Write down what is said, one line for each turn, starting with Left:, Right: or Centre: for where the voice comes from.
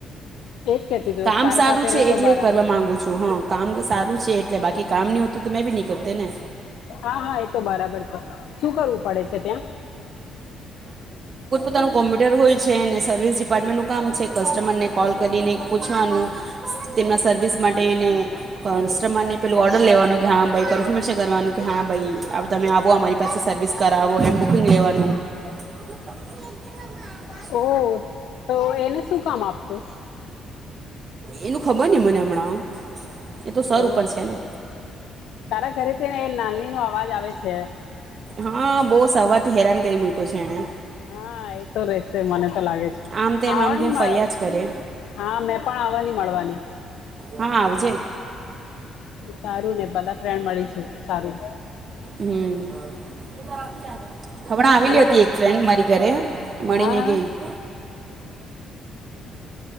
Left: એજ કેતી જો
Right: કામ
Left: તારી
Right: સારું
Left: સાથે
Right: છે
Left: રે
Right: એટલે
Left: તો બરાબર
Right: કરવા માંગુ
Left: છે
Right: છું હા કામ સારું છે એટલે બાકી કામ ન હોતું તો મેં ભી નહી કરતા ને
Left: હા હા એ તો બરાબર છે શું કરવું પડે છે ત્યાં
Right: પોતાનું કોમ્પ્યુટર હોય છે અને સર્વિસ ડિપાર્ટમેન્ટનું કામ છે કસ્ટમરને કોલ કરીને પૂછવાનું તેમના સર્વિસ માટે એને કસ્ટમરને પેલું ઓર્ડર લેવાનું કે હા ભાઈ કન્ફર્મેશન કરવાનું કે હા ભાઈ તમે આવો અમારી પાસે સર્વિસ કરાવો એમ બુકિંગ લેવાનું <unintelligible>
Left: ઓહ તો એને શું કામ આપશે
Right: એનું ખબર નઈ મને હમણાં એ તો સર
Left: ઓ
Right: ઉપર છે ને
Left: તારા ઘરે છે ને એ નાનની નો અવાજ આવે છે
Right: હા બહુ સવારથી હેરાન કરી મૂકો છે એને
Left: હા એતો રેશે મને તો લાગે છે
Right: આમ તેમ
Left: આવાની
Right: આમ તેમ
Left: મળે
Right: ફરિયાદ જ કરે
Left: હા મેં પણ આવવાની મળવાની
Right: હા આવજે
Left: સારું ને બધા ફ્રેડ મળીશું સારું
Right: હમ <unintelligible> હમણાં આવેલી
Left: અને
Right: હતી એક ફ્રેન્ડ મારી ઘરે મળીને
Left: હા
Right: ગઈ. <unintelligible>